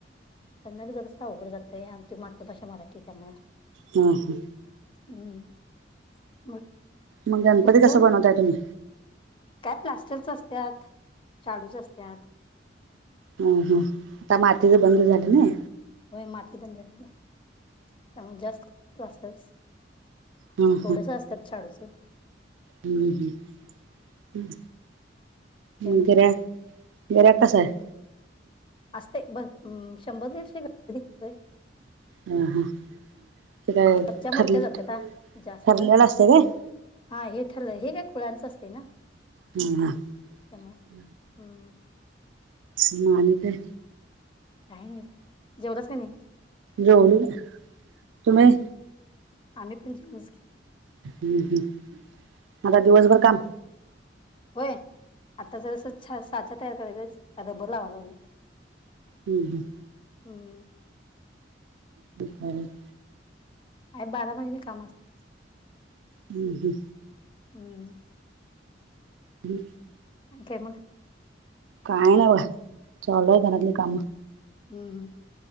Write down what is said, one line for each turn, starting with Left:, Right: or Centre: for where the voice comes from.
Left: कन्नड जरास अवघड जातय, आमची मातृभाषा मराठी त्यामुळ.
Right: हम्म हम्म.
Left: हम्म. <inaudible>
Right: म गणपती
Left: तुमचं
Right: कस बनवताय तुम्ही?
Left: काय प्लास्टीकच असत्यात, शाडूच असत्यात.
Right: हम्म हम्म आता मातीचं
Left: हम्म
Right: बंद झाली ना?
Left: होय माती बंद झाली, जास्त प्लास्टरस.
Right: हम्म
Left: थोडस असत्यात शाडूचं.
Right: हम्म हम्म,
Left: काय
Right: म
Left: मग
Right: बराय. बरा, कसाये?
Left: असत्यात बघ अ शंभर, दीडशे <unintelligible>
Right: हम्, ते काय
Left: कच्च्या मूर्त्या
Right: ठरठरलेला
Left: जात्याता जास्त.
Right: असते काय?
Left: हा हे ठरलय, हे काय कुळांचं असते ना.
Right: हम् हा
Left: त्यामुळं
Right: <inaudible>
Left: हम्म
Right: मग आणि काय?
Left: काही नाही, जेवल्यास का नाही?
Right: जेवली ना, तुम्ही?
Left: हम्म आम्ही पण जेवलीच की.
Right: हम्म हम्म, आता दिवसभर काम?
Left: होय आता जरस ते छ साफ-सफाई करायचाच आ रबर लावाय लागलोय.
Right: हम् हम्.
Left: हम्म.
Right: बपरे. <unintelligible>
Left: अ बारामध्येज <unintelligible> काम असत,
Right: हम्म हम्म
Left: हम्म.
Right: हम्.
Left: आणि काय मग?
Right: काय नाही बग चालू हाय घरातली काम.
Left: हम् ह.